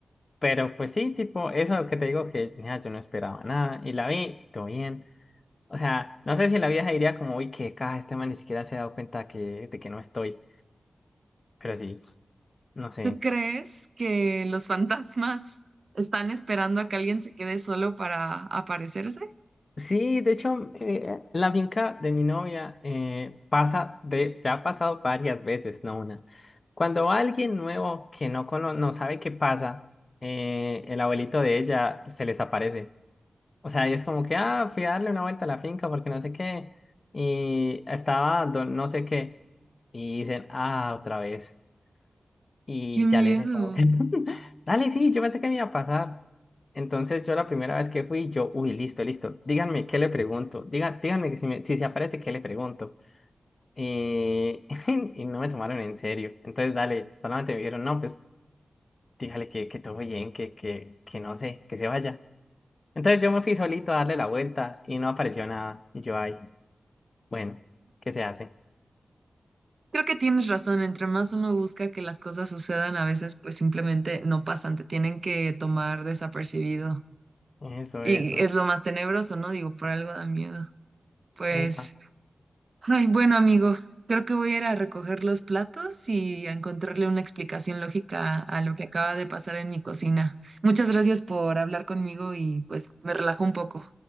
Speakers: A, on the left; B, on the right.
A: Pero pues sí, tipo, eso que te digo que, mira, yo no esperaba nada y la vi y todo bien. O sea, no sé si en la vieja diría como, uy, qué caja, este man ni siquiera se ha dado cuenta que, de que no estoy. Pero sí, no sé.
B: ¿Tú crees que los <laughs> fantasmas están esperando a que alguien se quede solo para aparecerse?
A: Sí, de hecho, eh, la finca de mi novia eh, pasa de, ya ha pasado varias veces, no una. Cuando va alguien nuevo que no, cono- no sabe qué pasa, eh, el abuelito de ella se les aparece. O sea, y es como que, ah, fui a darle una vuelta a la finca porque no sé qué. Y estaba, don- no sé qué. Y dicen, ah, otra vez. Y
B: ¡Qué miedo!
A: ya le dije como que, <laughs> dale, sí, yo pensé que me iba a pasar. Entonces yo la primera vez que fui, yo, uy, listo, listo, díganme qué le pregunto, Diga, díganme que si, me- si se aparece, qué le pregunto. Eh, <laughs> y no me tomaron en serio. Entonces, dale, solamente me dijeron, no, pues dígale que, que todo bien, que, que, que no sé, que se vaya. Entonces yo me fui solito a darle la vuelta y no apareció nada. Y yo, ay, bueno, ¿qué se hace?
B: Creo que tienes razón, entre más uno busca que las cosas sucedan, a veces pues simplemente no pasan, te tienen que tomar desapercibido.
A: Eso,
B: Y
A: eso.
B: es lo más tenebroso, ¿no? Digo, por algo da miedo. Pues,
A: Epa,
B: ay, bueno, amigo, creo que voy a ir a recoger los platos y a encontrarle una explicación lógica a lo que acaba de pasar en mi cocina. Muchas gracias por hablar conmigo y pues me relajo un poco.